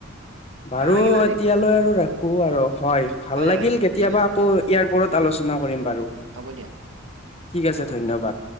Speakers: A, on the left; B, on the right.
A: বাৰু
B: ভাল লাগিল আজি
A: এতিয়ালৈ আৰু ৰাখো আৰু হয় ভাল লাগিল
B: হয়
A: কেতিয়াবা
B: ঠিক আছে
A: আকৌ
B: দিয়া
A: ইয়াৰ ওৰত আলোচনা কৰিম বাৰু।
B: হ'ব দিয়া।
A: ঠিক আছে ধন্যবাদ।